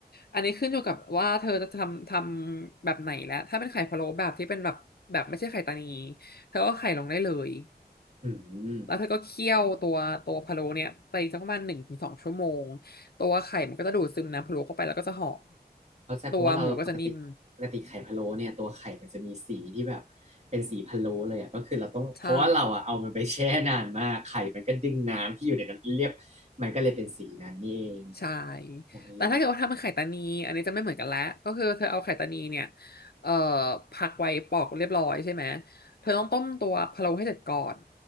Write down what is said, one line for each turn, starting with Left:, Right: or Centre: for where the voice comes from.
Left: อันนี้ขึ้นอยู่กับว่าเธอจะทำทำแบบไหนแล้วถ้าเป็นไข่พะโล้แบบที่เป็นแบบแบบไม่ใช่ไข่ตานีเธอก็ไข่ลงได้เลย
Right: อืม
Left: แล้วเธอก็เคี่ยวตัวตัวพะโล้เนี่ยไปสักประมาณหนึ่งถึงสองชั่วโมงตัวไข่มันก็จะดูดซึมน้ำพะโล้เข้าไปแล้วก็จะหอม
Right: เข้าใจเพราะว่าเราปกติปกติไข่พะโล้เนี่ยตัวไข่มันจะมีสีที่แบบเป็นสีพะโล้เลยอ่ะก็คือเราต้องเพราะว่าเราอ่ะเอามันไปแช่นานมากไข่มันก็ดึงน้ำที่อยู่ในนั้นเรียบ
Left: ตัวหมูก็จะนิ่มใช่
Right: มันก็เลยเป็นสีนั้นนี่เอง
Left: ใช่
Right: โอ้ย
Left: แต่ถ้าเกิดว่าทำเป็นไข่ตานีอันนี้จะไม่เหมือนกันแล้ว ก็คือเธอเอาไข่ตานีเนี่ย เอ่อ พักไว้ปอกเรียบร้อยใช่ไหม เธอต้องต้มตัวพะโล้ให้เสร็จก่อน